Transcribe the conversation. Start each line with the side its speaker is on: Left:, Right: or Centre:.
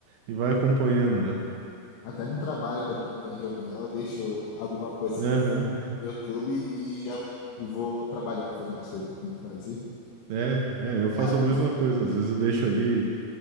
Right: e vai acompanhando, né?
Left: Até no trabalho, quando eu não estou em reunião, eu deixo alguma coisa
Right: Aham.
Left: no fundo no YouTube e já e vou trabalhando, fazendo as coisas que eu tenho que fazer.
Right: É, é, eu
Left: É
Right: faço
Left: hábito.
Right: a mesma coisa, às vezes eu deixo ali,